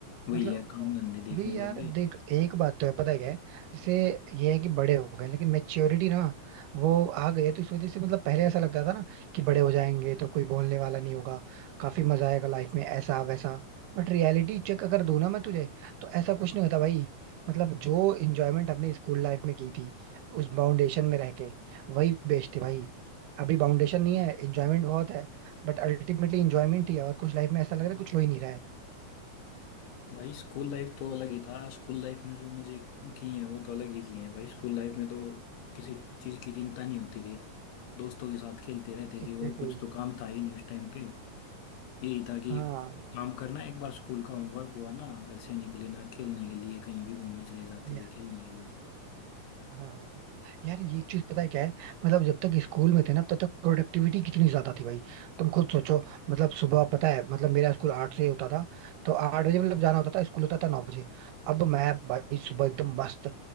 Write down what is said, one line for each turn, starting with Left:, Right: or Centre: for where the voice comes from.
Left: वही
Right: मतलब
Left: है काम धंधे देखने
Right: अभी
Left: लग
Right: यार
Left: गए
Right: देख एक बात तो है पता है क्या है जैसे ये है कि बड़े हो गए लेकिन मेच्योरिटी ना वो आ गई है तो इस वजह से मतलब पहले ऐसा लगता था ना कि बड़े हो जाएंगे तो कोई बोलने वाला नहीं होगा काफी मजा आएगा लाइफ में ऐसा वैसा बट रियलिटी चेक अगर दूं ना मैं तुझे तो ऐसा कुछ नहीं होता भाई मतलब जो इंजॉयमेंट हमने स्कूल लाइफ में की थी उस फाउंडेशन में रह के वही बेस्ट थी भाई अभी फाउंडेशन नहीं है इंजॉयमेंट बहुत है बट अल्टीमेटली इंजॉयमेंट ही है और कुछ लाइफ में ऐसा लग रहा है कुछ हो ही नहीं रहा है
Left: भाई स्कूल लाइफ तो अलग ही था स्कूल लाइफ में जो मुझे किए हैं वो तो अलग ही किए हैं भाई स्कूल लाइफ में तो किसी चीज़ की चिंता नहीं होती थी दोस्तों के साथ खेलते रहते
Right: एग्जैक्टली
Left: थे और कुछ तो काम था ही नहीं उस टाइम पे यही था कि
Right: हाँ
Left: काम करना एक बार स्कूल का होमवर्क हुआ ना घर से निकले ना खेलने के लिए कहीं भी घूमने चले जाते
Right: या
Left: थे खेलने के लिए
Right: हाँ यार ये चीज पता है क्या है मतलब जब तक स्कूल में थे ना तब तक प्रोडक्टिविटी कितनी ज्यादा थी भाई तुम खुद सोचो मतलब सुबह पता है मतलब मेरा स्कूल आठ से होता था तो आठ बजे मतलब जाना होता था स्कूल होता था नौ बजे अब मैं भाई सुबह एकदम मस्त